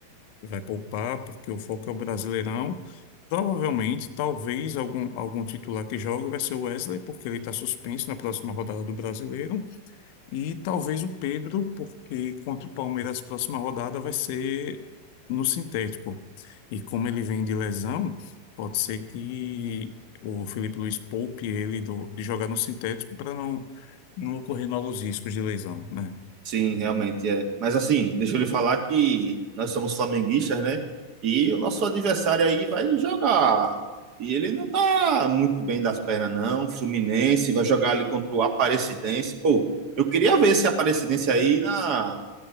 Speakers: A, on the left; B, on the right.
A: vai poupar, porque o foco é o Brasileirão. Provavelmente, talvez, algum, algum titular que jogue vai ser o Wesley, porque ele está suspenso na próxima rodada do Brasileiro. E talvez o Pedro, porque contra o Palmeiras, a próxima rodada vai ser no sintético. E como ele vem de lesão, pode ser que o Felipe Luiz poupe ele do- de jogar no sintético para não, não ocorrer novos riscos de lesão, né?
B: Sim, realmente é. Mas assim, deixa eu lhe falar que nós somos flamenguistas, né? E o nosso adversário aí vai jogar. E ele não tá muito bem das pernas, não. Fluminense vai jogar ali contra o Aparecidense. Pô, eu queria ver esse Aparecidense aí na,